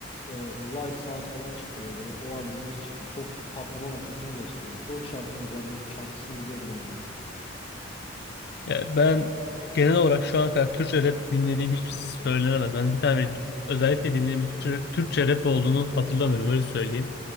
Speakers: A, on the left (about 30°); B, on the left (about 60°).
A: e, Lights Out falan çıktı böyle. O albümleri çıktı. Çok patlama noktasına geçti ya. Çoğu şarkını ezberledim. Şarkısını biliyordum ezbere.
B: Ya ben genel olarak şu ana kadar Türkçe rap dinlediğim hiç söylenemez. Ben bir tane özellikle dinlediğim bir Türkçe, Türkçe rap olduğunu hatırlamıyorum öyle söyleyeyim.